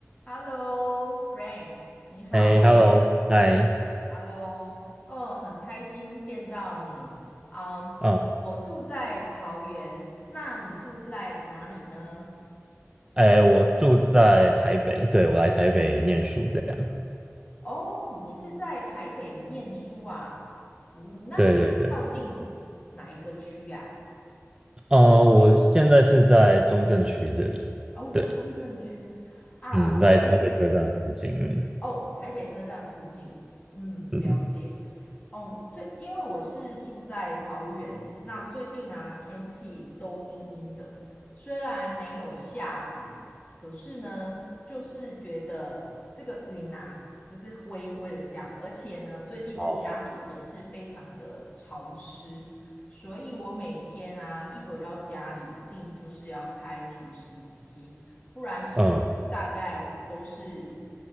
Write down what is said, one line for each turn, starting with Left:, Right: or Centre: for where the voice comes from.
Left: Hello，Frank，你好。
Right: 哎，Hello，嗨，
Left: Hello，哦，很开心见到你。嗯，
Right: 啊，
Left: 我住在桃园，那你住在哪里呢？
Right: 哎，我住在台北，对，我来台北念书，这样，
Left: 哦，你是在台北念书啊？嗯，那你是靠近哪一个区呀、
Right: 对对对，呃，我现在是在中正区这里，
Left: 啊？哦，
Right: 对，
Left: 中正区啊，
Right: 嗯，
Left: 像我，
Right: 在台北车站附近，嗯，
Left: 哦，台北车站附近，嗯，
Right: 嗯
Left: 了解。哦，最因为我是住在桃园，那最近啊天气都阴阴的，虽然没有下雨，可是呢，就是觉得这个云啊就是灰灰的这样，而且呢，最近的家里也是非常的潮湿，
Right: 哦，
Left: 所以我每天啊一回到家里，一定就是要开除湿机。不然湿度大概都是
Right: 嗯